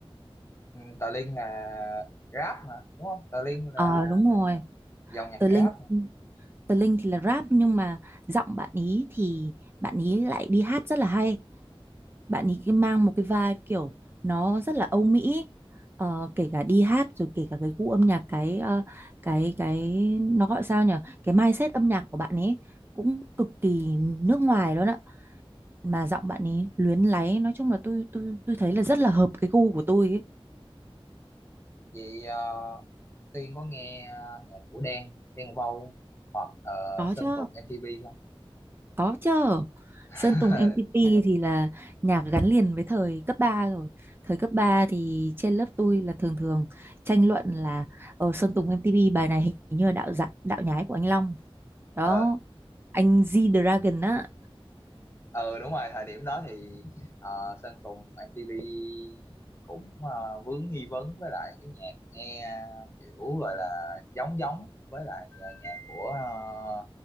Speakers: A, on the left; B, on the right.
A: Ừ, Tà Linh là rap mà đúng không? Tà Linh là
B: ờ đúng rồi
A: dòng nhạc
B: Tờ
A: rap
B: Linh Tờ Linh thì là rap nhưng mà giọng bạn ý thì bạn ý lại đi hát rất là hay. Bạn ý cái mang một cái vibe kiểu nó rất là Âu Mỹ. Ờ, kể cả đi hát rồi kể cả cái gu âm nhạc cái ờ, cái cái nó gọi sao nhỉ? Cái mindset âm nhạc của bạn ấy cũng cực kỳ nước ngoài luôn ạ. Mà giọng bạn ấy luyến láy, nói chung là tôi tôi tôi thấy là rất là hợp cái gu của tôi ấy.
A: Vậy ờ, Tiên có nghe ờ, nhạc của Đen, Đen Vâu hoặc uh,
B: Có
A: Sơn
B: chứ.
A: Tùng MTP không?
B: Có chứ.
A: <laughs>
B: Sơn Tùng MTP thì là nhạc gắn liền với thời cấp 3 rồi. Thời cấp 3 thì trên lớp tôi là thường thường tranh luận là ờ, Sơn Tùng MTP bài này hình như là đạo dạ, đạo nhái của anh Long. Đó.
A: Ờ
B: Anh G-Dragon á.
A: ờ, đúng rồi, thời điểm đó thì ờ, Sơn Tùng MTP cũng ờ, vướng nghi vấn với lại cái nhạc nghe kiểu gọi là giống giống với lại ờ, nhạc của ờ,